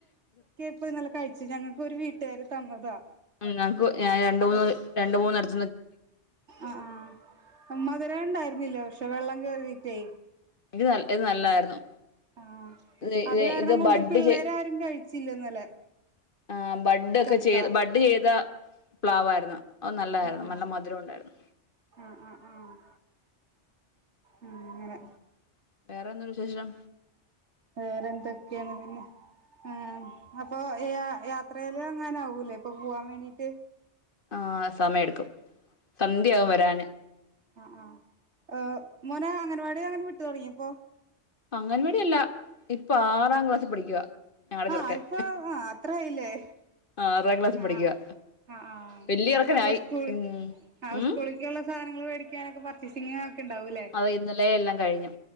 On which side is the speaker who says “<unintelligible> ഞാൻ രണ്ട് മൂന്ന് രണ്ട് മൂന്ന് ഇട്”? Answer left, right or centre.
Left